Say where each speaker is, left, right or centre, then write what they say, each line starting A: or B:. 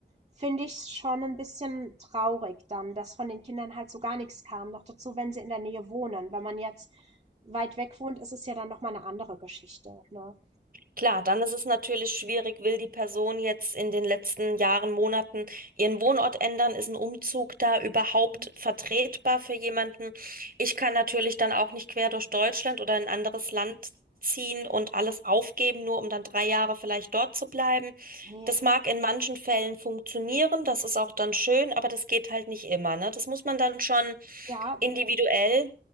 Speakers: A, on the right; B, on the right.
A: finde ich es schon ein bisschen traurig dann, dass von den Kindern halt so gar nichts kam. Noch dazu, wenn sie in der Nähe wohnen. Wenn man jetzt weit weg wohnt, ist es ja dann nochmal eine andere Geschichte, ne?
B: Klar, dann ist es natürlich schwierig, will die Person jetzt in den letzten Jahren, Monaten ihren Wohnort ändern? Ist ein Umzug da überhaupt
A: Mhm.
B: vertretbar für jemanden? Ich kann natürlich dann auch nicht quer durch Deutschland oder in ein anderes Land ziehen und alles aufgeben, nur um dann drei Jahre vielleicht dort zu bleiben.
A: Nee.
B: Das mag in manchen Fällen funktionieren, das ist auch dann schön, aber das geht halt nicht immer, ne? Das muss man dann schon
A: Ja,
B: individuell,